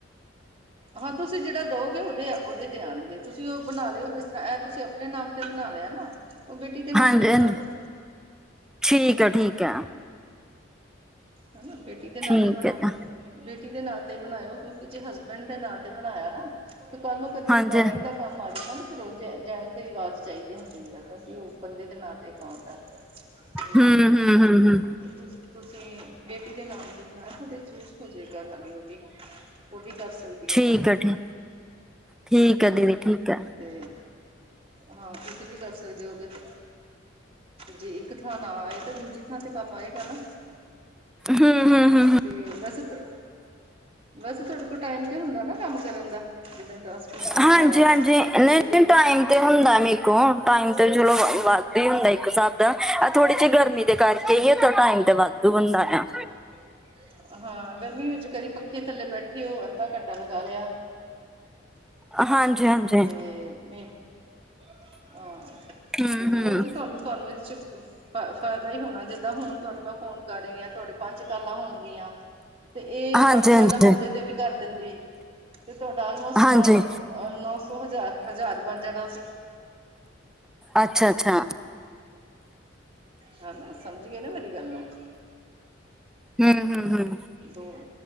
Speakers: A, on the right (about 30°); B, in the centre.
A: ਹਾਂ, ਤੁਸੀਂ ਜੇੜਾ ਦੋਗੇ ਓਦੇ-ਓਦੇ ਤੇ ਆਣਗੇੇ, ਤੁਸੀ ਓ ਬਨਾ ਲੇਓ ਜਿਸ ਤਰਾਂ ਐ ਤੁਸੀ ਦੇ ਨਾਮ ਤੇ ਬਨਾ ਲੇਆ ਨਾ। ਉਹ ਬੇਟੀ ਦੇ ਨਾਮ
B: ਹਾਂਜੀ-ਹਾਂਜੀ,
A: ਤੇ ਬਣਾ ਦੋ
B: ਠੀਕ ਐ-ਠੀਕ ਐ।
A: ਹੈਨਾ, ਬੇਟੀ ਦੇ ਨਾਂ
B: ਠੀਕ
A: ਤੇ ਬਨਾ ਦੋ।
B: ਆ
A: ਬੇਟੀ ਦੇ ਨਾਂ ਤੇ ਬਨਾਏਓ ਕਿਉਂਕਿ ਜੇ ਹਸਬੈਂਡ ਦੇ ਨਾਂ ਤੇ ਬਨਾਏਆ ਨਾ, ਤੇ ਕੱਲ ਨੂੰ ਕਦੀ
B: ਹਾਂਜੀ
A: ਰਿਕਾਰਡਿੰਗ ਦਾ ਕੰਮ ਆ ਜਾਂਦੈ ਨਾ ਫੇਰ ਓ ਜੈਂਟਸ ਦੀ ਆਵਾਜ਼ ਚਾਈਦੀ ਹੁੰਦੀ ਐ, ਕਿਉਂਕਿ ਓ ਬੰਦੇ ਦੇ ਨਾਂ ਤੇ ਕਾਊਂਟ ਆ। ਤੇ
B: ਹੂੰ ਹੂੰ ਹੂੰ ਹੂੰ
A: <unintelligible> ਤੁ ਤੁਸੀਂ ਬੇਟੀ ਦੇ ਨਾਮ ਤੇ <unintelligible> ਓ ਵੀ ਕਰ ਸਕਦੀ
B: ਠੀਕ
A: ਐ ਕੰਮ
B: ਆ ਠੀਕ ਠੀਕ ਆ ਦੀਦੀ ਠੀਕ ਆ
A: ਤੇ ਹਾਂ, ਤੁਸੀਂ ਵੀ ਕਰ ਸਕਦੇ ਓ ਓਦੇ ਤੇ ਜੇ ਇੱਕ ਥਾਂ ਨਾ ਆਏ, ਤਾਂ ਦੂਜੀ ਥਾਂ ਤੇ ਕੰਮ ਆਏਗਾ ਨਾ।
B: ਹੂੰ-ਹੂੰ-ਹੂੰ।
A: ਤੇ ਵੈਸੇ ਤ ਵੈਸੇ ਤੁਆਡੇ ਕੋਲ ਟਾਈਮ ਤੇ ਹੁੰਦਾ ਨਾ ਕੰਮ ਕਰਨ ਦਾ? ਜਿੱਦਾਂ ਟ੍ਰਾਂਸਕ੍ਰਿਪਸ਼ਨ
B: ਹਾਂਜੀ
A: ਦਾ ਆਏਆ,
B: ਹਾਂਜੀ ਨਹੀਂ
A: ਇੱਕ
B: ਨਹੀਂ ਟਾਈਮ ਤੇ ਹੁੰਦੈ ਮੇਰੇ ਕੋ ਟਾਈਮ ਤੇ ਚਲੋ ਵੱਧ ਈ ਹੁੰਦੈ ਇੱਕ ਹਸਾਬ ਦਾ ਆ ਥੋੜੀ ਜੇਈ ਗਰਮੀ ਕਰਕੇ ਈ ਥੋ ਟਾਈਮ ਤੇ ਵਾਧੂ ਹੁੰਦਾ ਐ।
A: <inaudible> ਹਾਂ, ਗਰਮੀ ਵਿੱਚ ਕਦੀ ਪੱਖੇ ਥੱਲੇ ਬੈਠੇ ਓ ਅੱਦਾ ਘੰਟਾ ਲਗਾ ਲੇਆ।
B: ਹਾਂਜੀ-ਹਾਂਜੀ।
A: ਤੇ ਮੈਂ <unintelligible> ਆ
B: ਹੂੰ-ਹੂੰ,
A: ਤੇ ਓ ਤੇ ਤੁਆਨੂੰ-ਤੁਆਨੂੰ ਏ 'ਚ ਫਾ, ਫਾਏਦਾ ਈ ਹੋਨਾ ਜਿੱਦਾਂ ਹੁਣ ਤੁਆਨੂੰ ਮੈਂ ਫੋਨ ਕਰ ਰਈ ਆਂ ਤੁਆਡੇ ਪੰਜ ਕਾਲਾ ਹੋਨਗੀਆਂ, ਤੇ ਏਹ
B: ਹਾਂਜੀ-ਹਾਂਜੀ,
A: ਪੰਜ ਕਾਲਾਂ ਮੈਂ ਓਦੇ ਤੇ ਵੀ ਕਰ ਦੇਂਦੀ। ਤੇ ਤੁਆਡਾ ਆਲਮੋਸਟ ਨੌ-ਨੌ
B: ਹਾਂਜੀ,
A: ਸੌ, ਹਜ਼ਾਰ-ਹਜ਼ਾਰ ਬਨ ਜਾਨਾ ਸੀ।
B: ਅੱਛਾ-ਅੱਛਾ।
A: ਹੈਨਾ ਸਮਝ ਗਏ ਨਾ ਮੇਰੀ ਗੱਲ ਨੂੰ
B: ਹੂੰ- ਹੂੰ -ਹੂੰ।
A: ਦੋ,